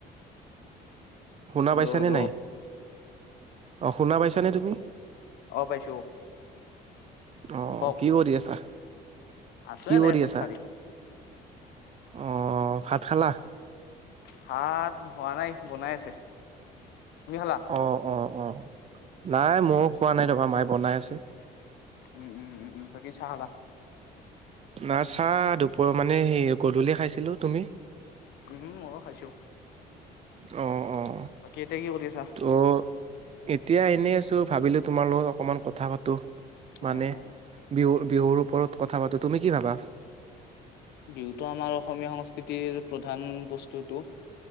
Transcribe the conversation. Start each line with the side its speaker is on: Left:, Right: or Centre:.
Right: শুনা
Left: হেল্ল'
Right: পাইছানে
Left: হেল্ল'
Right: নাই, অঁ' শুনা পাইছানে তুমি?
Left: অ পাইছো।
Right: অহ
Left: কওক
Right: কি কৰি আছা? কি
Left: আছো এনে
Right: কৰি
Left: খোজকাঢ়ি
Right: আছা? অহ্' ভাত খালা?
Left: ভাত হৱা নাই বনাই আছে। তুমি খালা?
Right: অঁ অঁ অ, নাই ময়ো খোৱা নাই তাপা মায়ে বনাই আছে।
Left: উম উম উম উম বাকি চাহ খালা?
Right: না চাহ দুপৰ মানে সেই গধূলি খাইছিলো- তুমি?
Left: উমম ময়ো খাইছো।
Right: অঁ অঁ।
Left: বাকি এতিয়া কি কৰি আছা?
Right: অহ। এতিয়া এনেই আছো ভাবিলো তোমাৰ লগত অকমান কথা পাতো। মানে,
Left: অ অ
Right: বিহু-বিহুৰ ওপৰত কথা পাতো- তুমি কি ভাবা?
Left: বিহুতো আমাৰ অসমীয়া সংস্কৃতিৰ প্ৰধান বস্তু এটো।